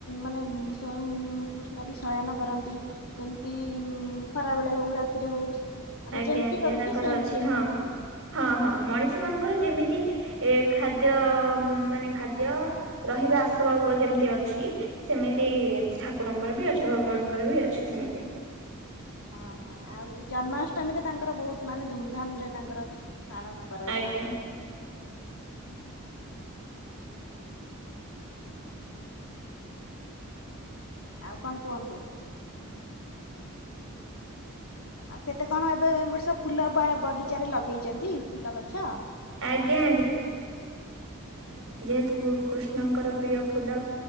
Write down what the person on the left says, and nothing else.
ମାନେ କୃଷ୍ଣ ବି ଶୟନ କରନ୍ତି ଯେମିତି ଖରାବେଳେ ହଉ। ରାତିରେ ହଉ। ଆମେ
ଯେମିତି
କରୁଛୁ
ସେମିତି
କରୁଥିବେ।
ହଁ ହଁ ଆଉ ଏଇ ଜନ୍ମାଷ୍ଟମୀ ରେ ତାଙ୍କର ବହୁତ ମାନେ ଧୁମଧାମ ରେ ତାଙ୍କର ପାଳନ କରାଯାଏ।
ଆଉ କଣ କୁହନ୍ତୁ? ଆଉ କେତେ କଣ ଏବେ ବର୍ଷ ଫୁଲ ବଗିଚାରେରେ ଲଗେଇଛନ୍ତି ଫୁଲ ଗଛ।